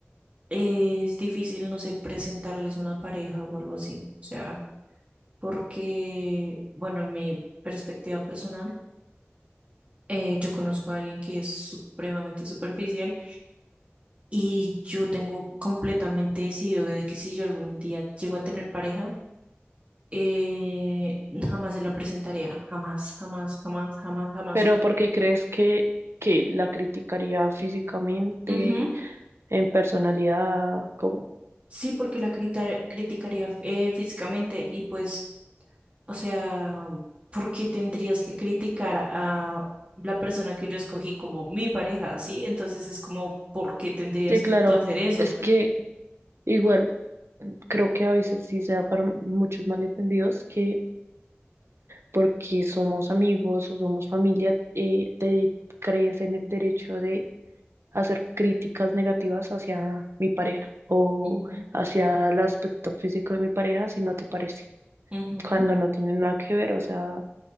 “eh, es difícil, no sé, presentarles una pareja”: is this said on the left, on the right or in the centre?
Right